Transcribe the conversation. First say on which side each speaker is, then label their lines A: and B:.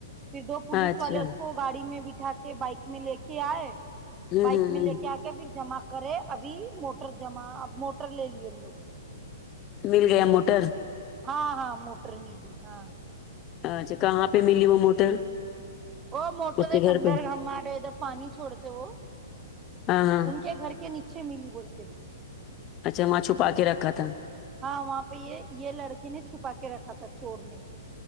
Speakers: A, on the right (about 20°); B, on the left (about 25°).
A: پھر دو پولیس
B: اچھا
A: والے
B: ہوں
A: اس کو گاڑی میں بھی اٹھا کے بائک میں لے کے آئے
B: ہوں
A: بائک میں
B: ہوں
A: لے کے آ کہ پھر جمع کرے ابھی موٹر جمع اب موٹر لے لیے ہم لوگ
B: مل گیا موٹر
A: ہاں ہاں موٹر ملی ہاں
B: اچھا کہاں پہ ملی وہ موٹر
A: وہ موٹر
B: اس کے
A: ایک
B: گھر
A: اندر
B: پہ
A: ہمارہے ادھر پانی چھڑتے وہ
B: ہاں ہاں
A: ان کے گھر کے نیچے ملی بولتے
B: اچھا وہاں چھپا کے رکھا تھا
A: ہاں وہاں پہ یہ یہ لڑکے نے چھپا کے رکھا تھا چور نے